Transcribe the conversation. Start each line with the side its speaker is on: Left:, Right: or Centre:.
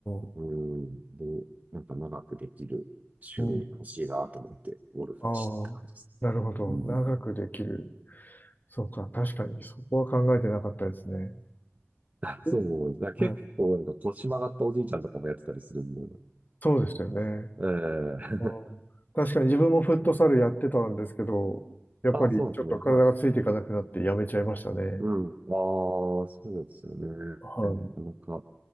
Left: う
Right: うん。で、なんか長くできる趣味欲しいなと思って、
Left: ん。
Right: ゴルフしたって感じですね。
Left: ああ、なるほど。
Right: うん。
Left: 長くできる。そうか。確かに、そこは考えてなかったですね。
Right: <laughs>
Left: お
Right: そうですねだ、け結構なんか腰曲がったおじいちゃんとかもやってたりするんで。
Left: はい。そうですよね。
Right: ええ
Left: あー確かに自分もフットサルやってたんですけど、
Right: <laughs>
Left: やっぱりちょっと体がついていかなくなってやめちゃいましたね。
Right: ああ、そうですね。はい。うん。ああ、そうですよね。
Left: はい。
Right: なかなか